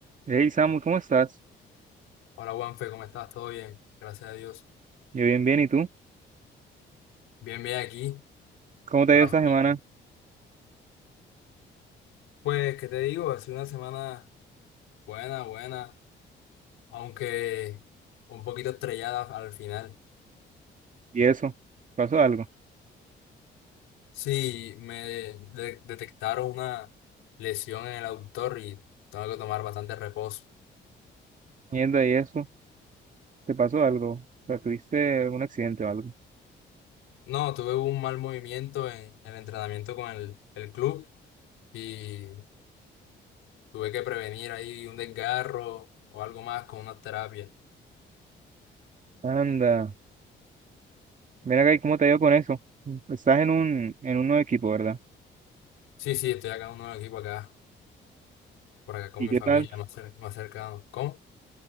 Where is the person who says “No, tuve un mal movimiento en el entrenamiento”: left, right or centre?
Left